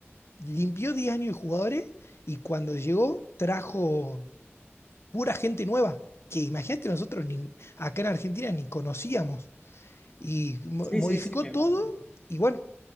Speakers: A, on the left (about 70°); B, on the left (about 15°).
A: limpió 10 años de jugadores y cuando llegó trajo pura gente nueva, que imagínate nosotros ni, acá en Argentina ni conocíamos. Y mo-
B: Sí,
A: modificó
B: sí, sí, me
A: todo
B: imagino.
A: y bueno,